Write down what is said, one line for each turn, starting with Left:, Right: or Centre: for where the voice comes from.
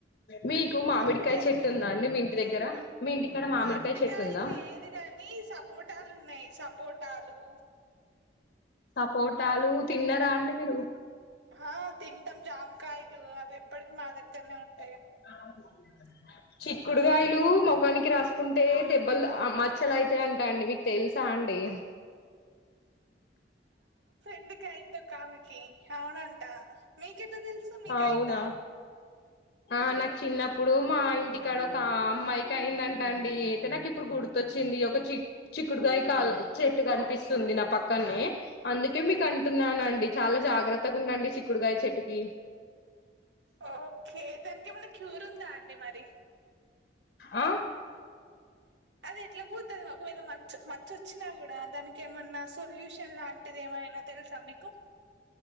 Left: మీకు మామిడికాయ
Right: ఓకే
Left: చెట్టు ఉందాండి మీ మీ దగ్గర మీ ఇంటికాడ
Right: మామిడికాయ
Left: చెట్టు ఉందా
Right: లేదు కాని సపోటాలు ఉన్నాయి సపో.. పోోటలు
Left: సపోటాలు తిన్నరాా అండి మీ రూ
Right: ఆ తింటాం జామ్కాయలు అవి ఎప్పటికి మాదగనే ఉంట్
Left: <unintelligible> <inaudible> చిక్కుడుగాయలు మొఖనికి రాసుకుంటే దెబ్బలు మచ్చలయితే అంటా అండి మీకు తెలుసా అండి.
Right: ఎందుకుయిందో కామెకి అవునంట మీకెట తెలుస్ తెసు మీ కయందా
Left: అవునా ఆ నాకు చిన్నప్పుడు మా ఇంటికాడ ఒక అమ్మాయికి అయిందంట అం. డి అయితే నాకు ఇప్పుడు గుర్తొచ్చింది ఒక చిక్ చిక్కుడుగాయ క చెట్టు కనిపిస్తుంది నా పక్కనే! అందుకే మీకు అంటున్నానండి చాలా జాగ్రత్తగా ఉండండి చిక్కుడుగాయ చెట్టుకి
Right: ఒక దానికి ఏమన్నా క్యూర ఉందా అండి మరి
Left: ఆ
Right: అది ఎట్లా పోతుంది ఒకవేళ మ మచిొచ్చినా కూడా దానికి ఏమన్నా సొల్యూషన్ లాంటిది ఏమైనా తెలుసా మీకు?